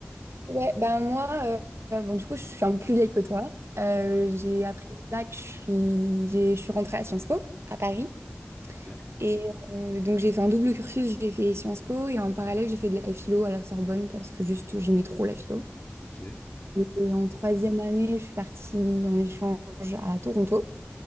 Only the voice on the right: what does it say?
Ouais, ben moi, euh, euh, bon, du coup, je suis un peu plus vieille que toi. Euh,
j'ai après le bac, je suis, j'ai- je suis rentrée à Sciences Po, à Paris.
Et euh, donc, j'ai fait un double cursus, j'ai fait Sciences Po et en parallèle, j'ai fait de la philo à la Sorbonne parce que juste, j'aimais trop la philo.
Et en troisième année, je suis partie en échange à Toronto.